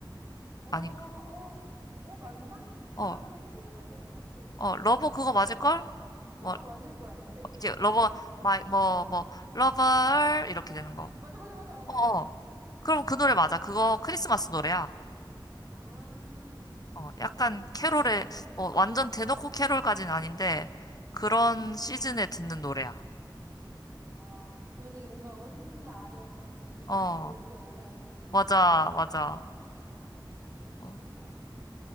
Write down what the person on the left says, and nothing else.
아닌가?
어,
어, 러버 그거 맞을 걸? 뭐
이게 러버 마이 뭐 뭐 러버 이렇게 되는 거.
어,
어. 그럼 그 노래 맞아.
그거 크리스마스 노래야.
어, 약간
캐롤의,
뭐, 완전 대놓고 캐롤까지는 아닌데, 그런 시즌에 듣는 노래야.
어,
맞아, 맞아.
어,